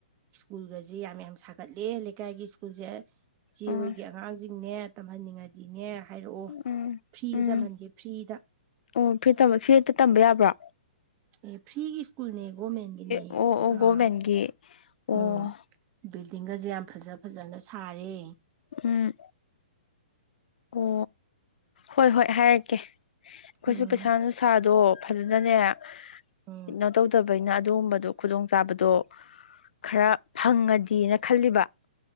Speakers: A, on the right; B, on the left.
A: ꯁ꯭ꯀꯨꯜꯒꯁꯦ ꯌꯥꯝ ꯌꯥꯝ ꯁꯥꯒꯠꯂꯦ ꯂꯩꯀꯥꯏꯒꯤ ꯁ꯭ꯀꯨꯜꯁꯦ ꯁꯤꯆꯦ
B: ꯎꯝ
A: ꯑꯩꯈꯣꯏꯒꯤ ꯑꯉꯥꯡꯁꯤꯡꯅꯦ ꯇꯝꯍꯟꯅꯤꯡꯉꯗꯤꯅꯦ ꯍꯥꯏꯔꯛꯑꯣ
B: ꯎꯝ
A: ꯐ꯭ꯔꯤꯗ
B: ꯎꯝ
A: ꯇꯝꯍꯟꯒꯦ ꯐ꯭ꯔꯤꯗ
B: ꯑꯣ ꯐ꯭ꯔꯤ ꯇꯝꯕ ꯐ꯭ꯔꯤꯗ ꯇꯝꯕ ꯌꯥꯕ꯭ꯔꯥ
A: ꯑꯦ ꯐ꯭ꯔꯤꯒꯤ ꯁ꯭ꯀꯨꯜ ꯅ ꯚꯃꯦꯟꯒꯤꯅꯦ
B: ꯑꯣ ꯑꯣ
A: ꯑꯥ
B: ꯒꯣꯚꯔꯃꯦꯟꯒꯤ ꯑꯣ
A: ꯎꯝ ꯕꯤꯜꯗꯤꯡꯒꯁꯦ ꯌꯥꯝ ꯐꯖ ꯐꯖꯅ ꯁꯥꯔꯦ
B: ꯎꯝ ꯑꯣ ꯍꯣꯏ ꯍꯣꯏ ꯍꯥꯏꯔꯛꯀꯦ ꯑꯩꯈꯣꯏꯁꯨ
A: ꯎꯝ
B: ꯄꯩꯁꯥ ꯅꯨꯡꯁꯥꯗꯣ ꯐꯖꯅꯅꯦ
A: ꯎꯝ
B: ꯀꯩꯅꯣ ꯇꯧꯗꯕ ꯑꯕꯩꯅ ꯑꯗꯨꯒꯨꯝꯕꯗꯣ ꯈꯨꯗꯣꯡꯆꯥꯥꯕꯗꯣ ꯈꯔ ꯐꯪꯉꯗꯤꯅ ꯈꯜꯂꯤꯕ